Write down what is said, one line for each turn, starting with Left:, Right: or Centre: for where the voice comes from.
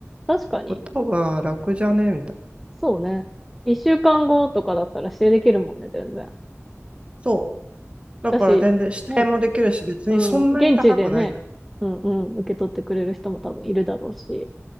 Centre: 確かに。
Right: ことが楽じゃねみたいな。
Centre: そうね。一週間後とかだったら指定できるもんね、全然。
Right: そう。だから全然指定もできるし、
Centre: だし、ね。
Right: 別にそんなに高くないじゃん。
Centre: うん。現地でね。うんうん。受け取ってくれる人も多分いるだろうし。